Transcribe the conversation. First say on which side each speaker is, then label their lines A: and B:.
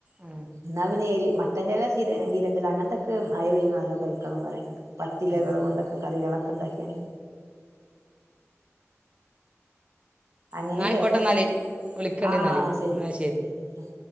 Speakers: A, on the right; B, on the right.
A: ആ
B: എന്നാ പിന്നെ എലി മത്തന്റെ ഇല ചിരെ ചിരെന്റെ ഇല അങ്ങനത്തെക്കെ മയ പെയ്യുമ്പം നല്ലോം കഴിക്കണം എന്നാ പറയണേ പത്തിലകള്
A: ആ
B: കൊണ്ട് കറികളൊക്കെ തന്നെയാ അങ്ങനിം
A: എന്നാൽ ആയിക്കോട്ടെ
B: കേക്കാം
A: എന്നാൽ വിളിക്കണ്ട്
B: ആഹ്
A: എന്നാൽ
B: ശരി
A: എന്നാൽ
B: ഉം